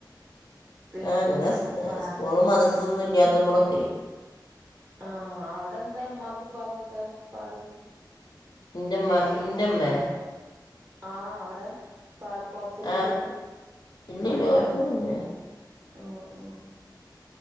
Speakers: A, on the right; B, on the left.
A: പിന്നെ
B: ആ അങ്ങന സ്
A: വേറെന്താ
B: സ്കൂളും മദ്രസൊന്നുല്ല്യാത്തപ്പൊളൊക്കെയ്
A: ആ അവ്ടെന്താ മ്മാക്കും പ്പാക്കൊക്കെ പാട്
B: ന്റമ്മാ ന്റമ്മെ
A: ആ അവടെ പാട് കൊയപ്പൊന്നുല്ല്യല്ലോ
B: ആ ഇല്ലില്ല കുഴപ്പമൊന്നുമില്ല
A: ആ ആ